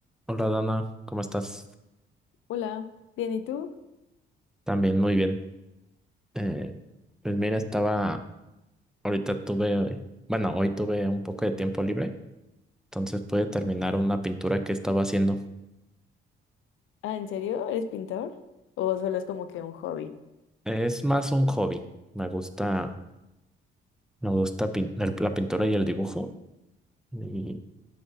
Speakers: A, in the centre; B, on the left.
A: Hola Dana, ¿cómo estás?
B: Hola, bien, ¿y tú?
A: También muy bien. Eh, pues mira, estaba, ahorita tuve, bueno, hoy tuve un poco de tiempo libre, entonces pude terminar una pintura que estaba haciendo.
B: Ah, ¿en serio? ¿Eres pintor? ¿O solo es como que un hobby?
A: Es más un hobby, me gusta, me gusta pin- el- la pintura y el dibujo y